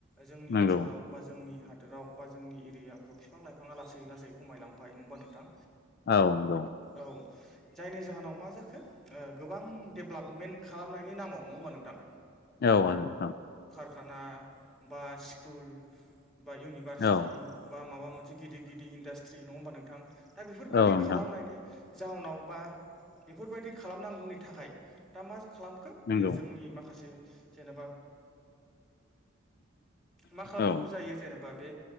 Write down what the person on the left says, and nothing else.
नंगौ
औ न
औ आ औ नोंथां
औ
औ नोंथां
नंगौ
औ